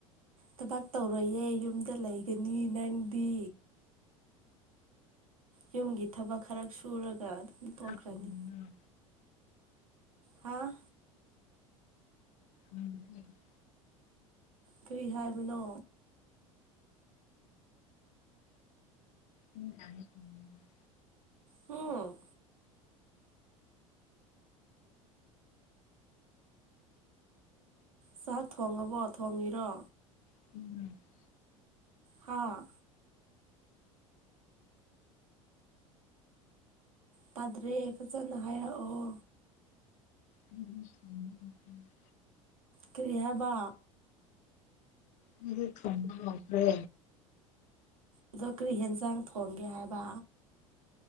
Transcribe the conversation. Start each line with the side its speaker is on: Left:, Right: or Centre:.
Right: ꯊꯕꯛ ꯇꯧꯔꯣꯏꯌꯦ ꯌꯨꯝꯗ ꯂꯩꯒꯅꯤ ꯅꯪꯗꯤ ꯌꯨꯝꯒꯤ ꯊꯕꯛ ꯈꯔ ꯁꯨꯔꯒ ꯑꯗꯨꯝ ꯇꯣꯛꯈ꯭ꯔꯅꯤ
Left: ꯆꯥꯛ ꯊꯣꯡꯉꯤꯔꯣ
Right: ꯍꯥꯥ
Left: ꯎꯝ <unintelligible>
Right: ꯀꯔꯤ ꯍꯥꯏꯕꯅꯣ
Left: ꯎꯝ <inaudible> <inaudible>
Right: ꯍꯨꯝ ꯆꯥꯛ ꯊꯣꯡꯉꯕꯣ ꯊꯣꯡꯉꯤꯔꯣ
Left: <inaudible>
Right: ꯍꯥꯥ ꯇꯥꯗ꯭ꯔꯦ ꯐꯖꯟꯅ ꯍꯥꯏꯔꯛꯑꯣ
Left: ꯎꯝ
Right: ꯀꯔꯤ ꯍꯥꯏꯕ
Left: ꯍꯧꯖꯤꯛ ꯊꯣꯡꯕ ꯂꯣꯏꯈ꯭ꯔꯦ
Right: ꯑꯗꯣ ꯀꯔꯤ ꯌꯦꯟꯖꯥꯡ ꯊꯣꯡꯒꯦ ꯍꯥꯏꯕ